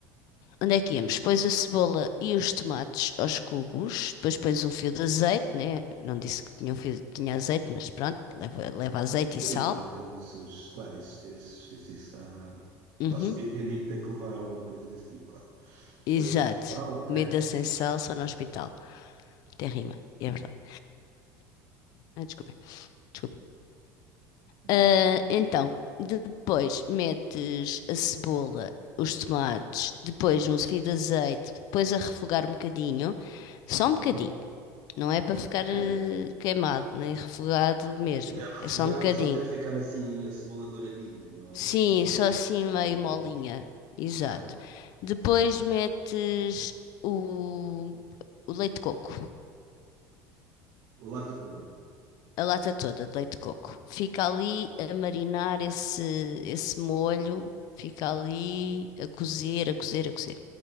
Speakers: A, on the left (about 60°); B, on the right (about 60°).
A: Onde é que íamos? Pões a cebola e os tomates aos cubos, depois pões um fio de azeite, né? Não disse que tinha um fio, tinha azeite, mas pronto, leva, leva azeite e
B: Sim,
A: sal.
B: eh, se os- claro, esses, esses, se isso está,
A: Uhum.
B: está subentendido, tem que levar alguma coisa desse tipo, claro.
A: Exato.
B: Azeite e sal, ok?
A: Comida sem sal só no hospital. Tem rima, é verdade. Ah, desculpem. Desculpem.
B: Boa.
A: Ah, então, depois metes a cebola, os tomates, depois um fio de azeite, depois a refogar um bocadinho, só
B: Uhum.
A: um bocadinho, não é para ficar
B: Ok.
A: eh, queimado, nem refogado mesmo,
B: Sim, a refogar
A: é só um bocadinho.
B: só até ficar assim a cebola douradinha, não
A: Sim,
B: é?
A: só assim
B: Uhum.
A: meio molinha, exato.
B: Aham,
A: Depois
B: certo.
A: metes o, o leite de coco,
B: O lata toda.
A: a lata toda de leite de coco. Fica ali a marinar esse, esse molho, fica ali a cozer, a cozer, a cozer.